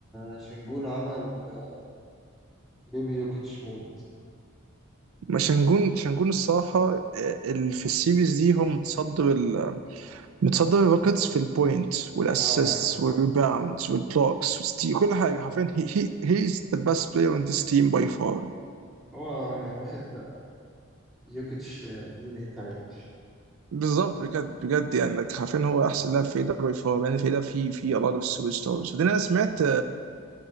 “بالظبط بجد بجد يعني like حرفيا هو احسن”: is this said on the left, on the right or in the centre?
Right